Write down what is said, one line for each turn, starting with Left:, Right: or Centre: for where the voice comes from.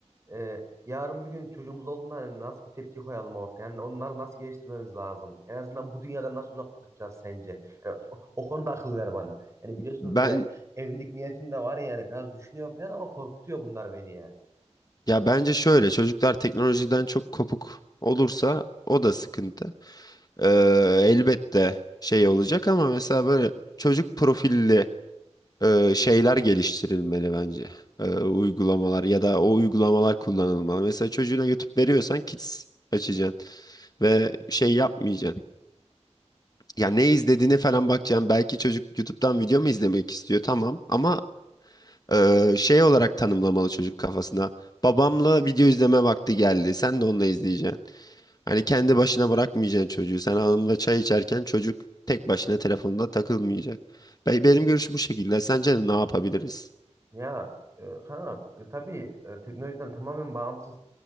Right: e, yarın bir gün çocuğumuz olduğunda hani nasıl bir tepki koyalım ortaya? Yani onları nasıl geliştirmemiz lazım? En azından bu dünyadan nasıl uzak tutacağız sence? Yani o, o konuda akıl ver bana. Yani biliyorsun
Left: Ben
Right: böyle evlilik niyetim de var yani biraz düşünüyorum falan ama korkutuyor bunlar beni ya.
Left: Ya bence şöyle çocuklar teknolojiden çok kopuk olursa o da sıkıntı. Ee, elbette şey olacak ama mesela böyle çocuk profilli e, şeyler geliştirilmeli bence. Ee, uygulamalar ya da o uygulamalar kullanılmalı. Mesela çocuğuna YouTube veriyorsan Kids açacaksın ve şey yapmayacaksın. Ya ne izlediğine falan bakacaksın. Belki çocuk YouTube'dan video mu izlemek istiyor tamam ama ee, şey olarak tanımlamalı çocuk kafasına. Babamla video izleme vakti geldi. Sen de onunla izleyeceksin. Hani kendi başına bırakmayacaksın çocuğu. Sen hanımla çay içerken çocuk tek başına telefonda takılmayacak. Be- Benim görüşüm bu şekilde. Sence ne yapabiliriz?
Right: Ya e, ha e, tabii e, teknolojiden tamamen bağımsız